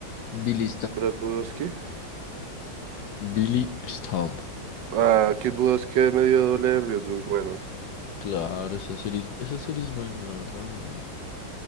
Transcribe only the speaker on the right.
Brad Budowski.
Ah, Kid Budoski de medio doble de riesgos. Bueno,